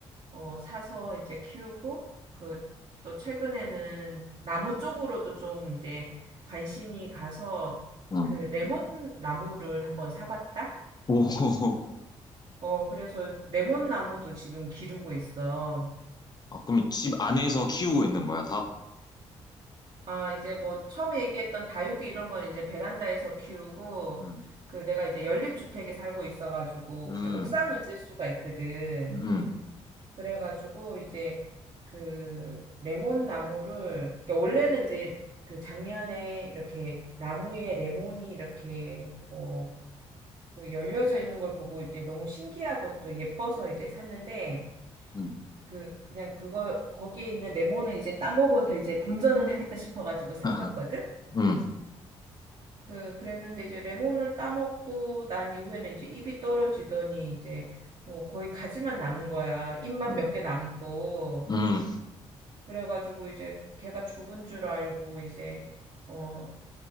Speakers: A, on the right; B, on the left.
A: 어, 사서 이제 키우고, 그, 또 최근에는 나무 쪽으로도 좀 이제 관심이 가서
B: 음.
A: 그 레몬 나무를 한번 사봤다?
B: 오, <laughs>
A: 어, 그래서 레몬 나무도 지금 기르고 있어.
B: 아, 그럼 집 안에서 키우고 있는 거야, 다?
A: 아, 이제 뭐 처음에 얘기했던 다육이 이런 건 이제 베란다에서 키우고,
B: 음,
A: 그 내가 이제 연립주택에 살고 있어가지고
B: 음,
A: 이제 옥상을 쓸 수가 있거든.
B: 음,
A: 그래가지고 이제 그 레몬 나무를 그러니까 원래는 이제 그 작년에 이렇게 나무에 레몬이 이렇게 어 그 열려져 있는 걸 보고 이제 너무 신기하고 또 예뻐서 이제 샀는데
B: 음,
A: 그 그냥 그거 거기에 있는 레몬을 이제 따먹어도 이제 본전은 하겠다 싶어가지고 샀었거든.
B: <laughs> 음,
A: 그 그랬는데 이제 레몬을 따먹고 난 이후에는 이제 잎이 떨어지더니 이제 뭐 거의 가지만 남은 거야. 잎만
B: 음,
A: 몇 개 남고.
B: 음,
A: 그래가지고 이제 걔가 죽은 줄 알고 이제 어